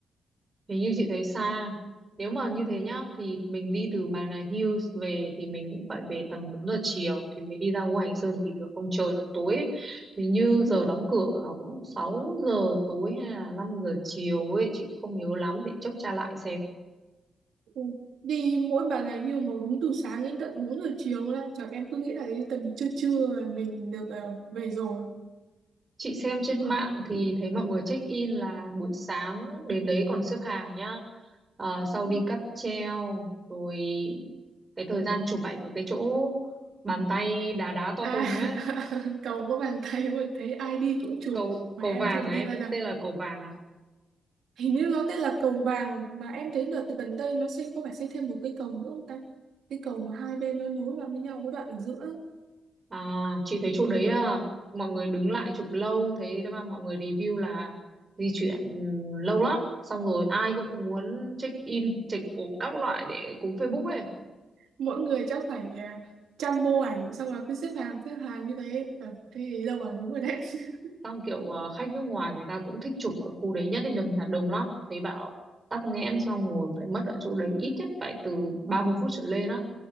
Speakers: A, on the right; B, on the right.
A: Nếu như chị thấy xa, nếu mà như thế nhá, thì mình đi từ Bà Nà Hills về thì mình cũng phải về tầm 4 giờ chiều thì mới đi ra ngoài hành sơn kịp được, không trời nó tối ấy. Thì như
B: Đúng
A: giờ
B: rồi.
A: đóng cửa của nó cũng 6 giờ tối hay là 5 giờ chiều ấy, chị cũng không nhớ lắm để chốc tra lại xem.
B: Ừ. đi mỗi ba ngày nhưng mà đúng từ sáng đến tận 4 giờ chiều luôn á trời em cứ nghĩ là đến tầm trưa trưa là mình được ờ, về rồi
A: Chị xem trên
B: Ờ,
A: mạng thì thấy mọi người check in là buổi sáng đến đấy còn xếp hàng nhá. Ờ, sau đi
B: Ừ.
A: cáp treo rồi cái thời gian chụp ảnh ở cái chỗ bàn tay đá đá to
B: à
A: tùng ấy
B: <laughs> cầu có bàn tay mà thấy ai đi cũng chụp
A: cầu
B: mà
A: cầu
B: em
A: vàng
B: chưa
A: à
B: đi
A: em
B: bao giờ
A: tên là cầu vàng à
B: hình như nó tên là cầu vàng mà em thấy đợt gần đây nó xây có phải xây thêm một cây cầu nữa không ta cái cầu mà hai bên nó nối vào với nhau có đoạn ở giữa ấy.
A: à chị thấy chỗ đấy à, mọi người đứng lại chụp lâu thấy mà mọi người review là di chuyển ừm, lâu lắm xong rồi ai cũng muốn check in check ổn các loại để cúng Facebook ấy
B: mỗi người chắc phải à, trăm bộ ảnh xong rồi cứ xếp hàng xếp hàng như thế ờ, thế thì đâu mà đúng rồi đấy <laughs>
A: xong kiểu à, khách nước ngoài người ta cũng thích chụp ở khu đấy nhất định đầm Hà đồng lắm thấy bảo tắc nghẽn xong ngồi phải mất ở chỗ đấy ít nhất phải từ 30 phút trở lên á